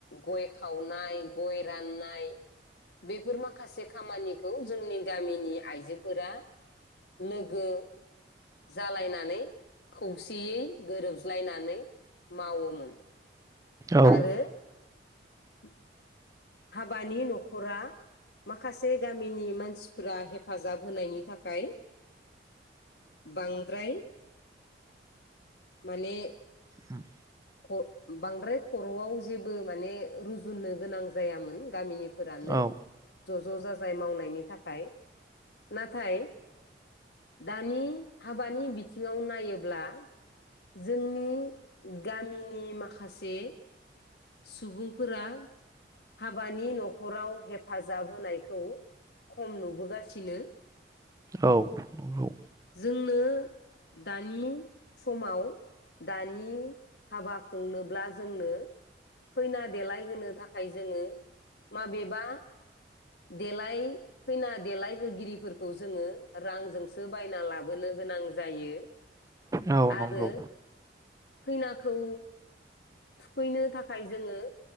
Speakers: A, on the left (about 70°); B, on the right (about 20°).
A: गय खावनाय गय राननाय नाय बेफोर माखासे खामानि खौ जोंनि गामिनि आइजोफोरा लोगो जालायनानै खौसेयै गोरोबज्लायनानै मावोमोन
B: औ
A: आरो <inaudible> हाबानि न'खरा माखासे गामिनि मानसि फोरा हेफाजाब होनायनि थाखाय। बांद्राय माने
B: उम
A: ख' बांद्राय खर'आव जेबो माने रुजुननो गोनां जायामोन गामिनि फोरानो
B: औ औ
A: ज' ज' जाजाय मावनायनि थाखाय नाथाय दानि हाबानि बिथिङाव नायोब्ला जोंनि गामिनि माखासे सुबुंफोरा हाबानि न'खराव हेफाजाब होनायखौ खम नुबोगासिनो।
B: औ नंगौ।
A: जोंनो दानि समाव दानि हाबा खुंनोब्ला जोंनो खैना देलाय होनो थाखाय जोङो माबेबा देलाय खैना देलायहोगिरिफोरखौ जोङो रांजोंसो बायना ला बोनो गोनां जायो
B: औ नंगौ
A: आरो खैना खौ थुखैनो थाखाय जोङो